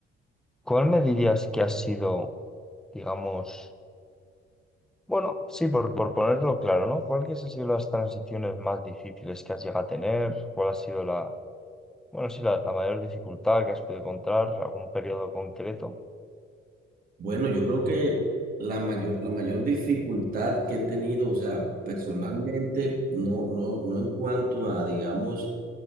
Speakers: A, in the centre; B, on the right (about 45°).
A: cuál me dirías que ha sido digamos, bueno, sí, por, por ponerlo claro, ¿no? ¿Cuáles han sido las transiciones más difíciles que has llegado a tener? ¿Cuál ha sido la, bueno, sí, la, la mayor dificultad que has podido encontrar? ¿Algún periodo concreto?
B: Bueno, yo creo que la mayor, la mayor dificultad que he tenido, o sea, personalmente, no, no, no en cuanto a, digamos,